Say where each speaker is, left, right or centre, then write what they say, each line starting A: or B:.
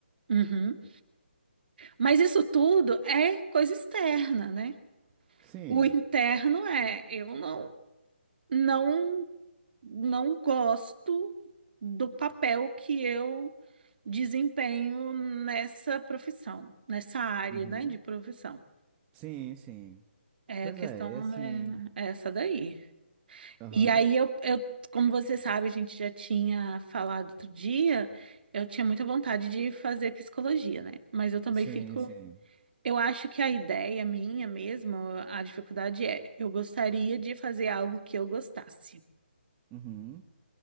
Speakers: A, on the right; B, on the right.
A: uhum. Mas isso tudo é coisa externa, né?
B: Sim,
A: O interno é, eu não, não, não gosto do papel que eu desempenho nessa profissão, nessa área,
B: uhum,
A: né, de profissão.
B: sim, sim.
A: É,
B: Pois
A: a questão
B: é, é assim.
A: é é essa daí.
B: Aham,
A: E aí eu, eu, como você sabe, a gente já tinha falado outro dia, eu tinha muita vontade de fazer psicologia, né? Mas eu também
B: sim,
A: fico,
B: sim.
A: eu acho que a ideia minha mesmo, a dificuldade é, eu gostaria de fazer algo que eu gostasse.
B: Uhum,